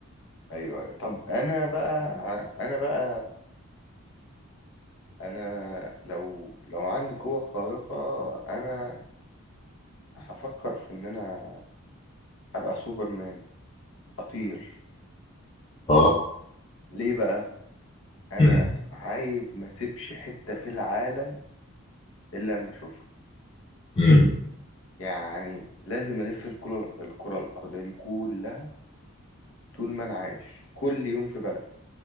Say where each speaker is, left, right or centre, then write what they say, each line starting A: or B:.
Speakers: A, on the left; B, on the left.
A: ايوه ايوه طب انا بقى انا بقى انا لو لو عندي قوة خارقة انا هفكر في ان انا ابقى سوبرمان اطير
B: اه
A: ليه بقى انا
B: امم
A: عايز ما اسيبش حتة في العالم الا لما اشوفها
B: امم
A: يعني لازم الف الكرة الكرة الارضية دي كلها طول ما انا عايش كل يوم في بلد